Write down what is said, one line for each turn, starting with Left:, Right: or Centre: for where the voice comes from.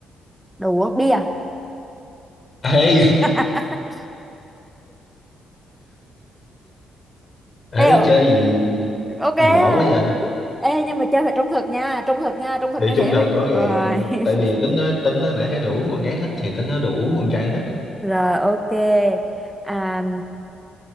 Centre: đồ uống bia.
Left: ê <laughs>
Centre: <laughs>
Left: ê
Centre: Ê, ờ,
Left: chơi gì
Centre: ok.
Left: lỗ
Centre: á.
Left: quá vậy
Centre: Ê, nhưng mà chơi phải trung thực nha, trung thực nha, trung thực
Left: thì
Centre: như thế
Left: chung thực
Centre: vậy.
Left: rõ ràng
Centre: Rồi. <laughs>
Left: tại vì tính nói tính nói nãy thấy đồ uống con gái thích thì tính nói đồ uống con trai thích
Centre: Rồi ok. À,